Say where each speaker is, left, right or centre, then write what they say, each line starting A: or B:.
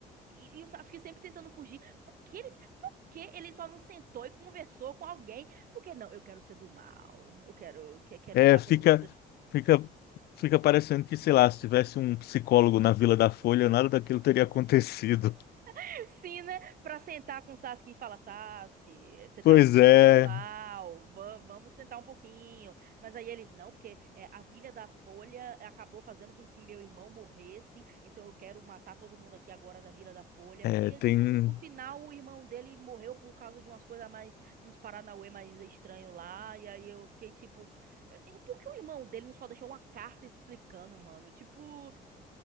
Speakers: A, on the right; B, on the left.
A: E, e o Sasuke sempre tentando fugir. Por que ele, por que ele só não sentou e conversou com alguém? Porque não, eu quero ser do mal. Eu quero, que- quero
B: É,
A: virar
B: fica,
A: pelos.
B: fica, fica parecendo que, sei lá, se tivesse um psicólogo na Vila da Folha, nada daquilo teria acontecido.
A: <laughs> Sim, né? Pra sentar com Sasuke e falar, Sasuke, você
B: Pois
A: tá indo pro
B: é,
A: caminho do mal, va- vamos sentar um pouquinho. Mas aí ele, não, porque é, a Vila da Folha acabou fazendo com que meu irmão morresse, então eu quero matar todo mundo aqui agora da Vila da Folha.
B: é,
A: E
B: tem.
A: aí, tipo, no final o irmão dele morreu por causa de umas coisas mais, uns paranauê mais estranho lá, e aí eu fiquei tipo, eh, por que o irmão dele não só deixou uma carta explicando, mano? Tipo.